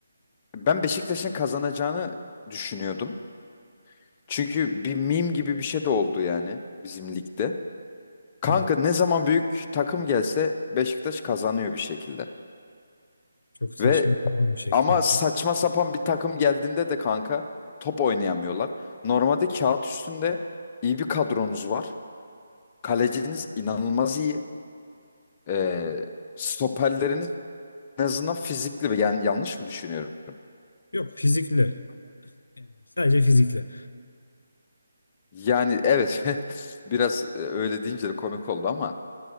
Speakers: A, on the left; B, on the left.
A: ben Beşiktaş'ın kazanacağını düşünüyordum. Çünkü bir meme gibi bir şey de oldu yani bizim ligde. Kanka
B: Evet,
A: ne zaman büyük takım gelse Beşiktaş kazanıyor bir şekilde.
B: çok saçma
A: Ve
B: sapan bir şekilde.
A: ama saçma sapan bir takım geldiğinde de kanka top oynayamıyorlar. Normalde kağıt üstünde iyi bir kadronuz var. Kaleciniz inanılmaz iyi. Ee, stoperleriniz en azından fizikli. bir- Yani yanlış mı düşünüyorum?
B: Yok fizikli ama yani sadece fizikli.
A: Yani evet <laughs> biraz e, öyle deyince de komik oldu ama